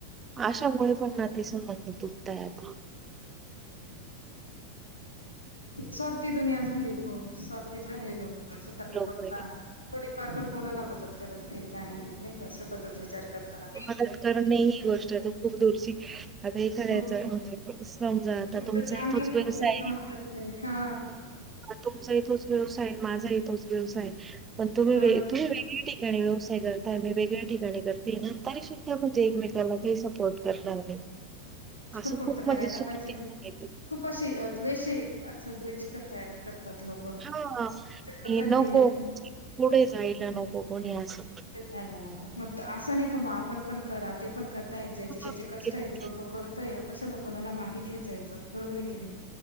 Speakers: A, on the right; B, on the left.
A: अशामुळे पण ना ते संबंध तुटताय आता.
B: स्वार्थी दुनिया झालीय खुप. स्वार्थी झाले लोक. स्वतःकडे
A: लोक
B: बघता थोडीफार पण कोणाला मदत करत नाही, काही नाही. नाही का स्वतःचाच विचार करता
A: मदत करणे ही गोष्ट आहे तर खूर दूरची आता हे करायचं
B: हो
A: म्हणजे समजा आता
B: कोणाच
A: तुमचाही
B: चांगलं
A: तोच व्यवसाय,
B: वाटत नाही हा
A: तुमचाही तोच व्यवसाय माझा य तो व्यवसाय. पण तुम्ही
B: बरोबर
A: व तुम्ही वेगळी. िक व्यवसाय करते. मी वेगळ्या ठिकाणी करते ना तरी सुद्धा म्हणजे एकमेकाला काही सपोर्ट करणार नाही. असं
B: सपोर्ट
A: खूप
B: तर
A: म्हणजे
B: करायला
A: चुकीचे
B: पाहिजे ना खूप अशी द्वेष असं द्वेष तयार करतात लोक
A: हा
B: पद्धती
A: नको पुढे जायला नको. कोणी अस.
B: नाही न मग असं नाही का मग आपण पण करा ते पण कर. ज्या
A: हां,
B: त्याचे कष्ट
A: ते
B: आहे
A: पण
B: जो तो करतोय कशा. कोणाला मागे खेचायचं. बरोबर आहे की नाही